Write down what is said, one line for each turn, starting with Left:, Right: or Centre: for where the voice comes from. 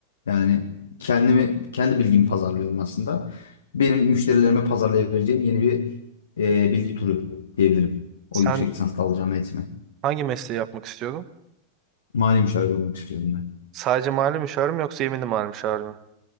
Left: Yani kendimi kendi bilgimi pazarlıyorum aslında. Benim müşterilerime pazarlayabileceğim yeni bir e, bilgi turu diyebilirim. O
Right: Sen
Left: yüksek lisansta alacağım eğitimi.
Right: hangi mesleği yapmak istiyordun?
Left: Mali müşavir olmak istiyorum ben.
Right: Sadece mali müşavir mi yoksa yeminli mali müşavir mi?